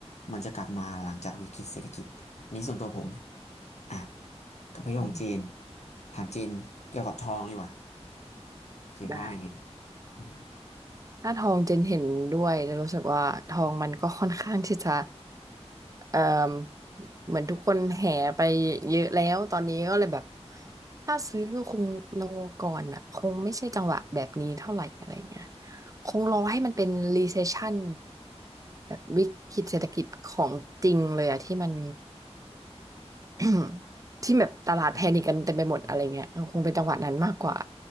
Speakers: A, on the left; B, on the right.
A: มันจะกลับมาหลังจากวิกฤตเศรษฐกิจอันนี้ส่วนตัวผมอ่ะกับพี่ของเจน
B: อืม
A: ถามเจนเกี่ยวกับทองดีกว่าเจนว่ายังไง
B: ได้
A: อืม
B: หน้าทองเจนเห็นด้วยจะรู้สึกว่าทองมันก็ค่อนข้างที่จะเอ่อเหมือนทุกคนแห่ไปเยอะแล้วตอนนี้ก็เลยแบบถ้าซื้อคงรอก่อนอ่ะคงไม่ใช่จังหวะแบบนี้เท่าไหร่อะไรเงี้ยคงรอให้มันเป็น recession แบบวิกฤตเศรษฐกิจของจริงเลยอะที่มัน <coughs> <clears throat> ที่แบบตลาดแพนิคกันเต็มไปหมดอะไรเงี้ยคงเป็นจังหวะนั้นมากกว่า
A: อืม